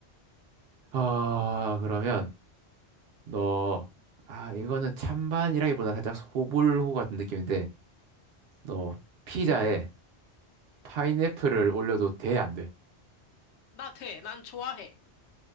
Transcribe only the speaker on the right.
아, 그러면 너 아, 이거는 찬반이라기보다 살짝 소불호 같은 느낌인데 너 피자에 파인애플을 올려도 돼, 안 돼?